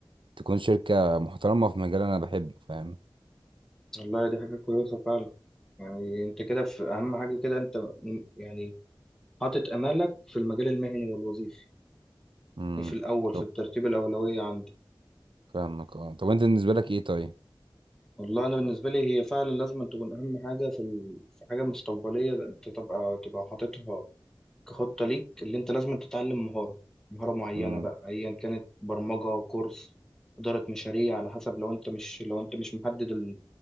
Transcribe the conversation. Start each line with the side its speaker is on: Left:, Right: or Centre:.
Right: تكون شركة محترمة في مجال انا بحبه فاهم
Centre: والله دي حاجه كويسه فعلا يعني انت كده في اهم حاجه كده انت م- يعني حاطط امالك في المجال المهني والوظيفي
Right: امم
Centre: في الاول
Right: طب
Centre: في الترتيب الاولويه عندك
Right: فاهمك اه طب انت بالنسبة لك ايه طيب
Centre: والله انا بالنسبه لي هي فعلا لازم تكون اهم حاجه في ال... في حاجه مستقبليه انت تبقى تبقى حاططها كخطة ليك اللي انت لازم تتعلم مهارة مهارة معينة
Right: امم
Centre: بقى ايا كانت برمجة كورس إدارة مشاريع على حسب لو انت مش لو انت مش محدد ال...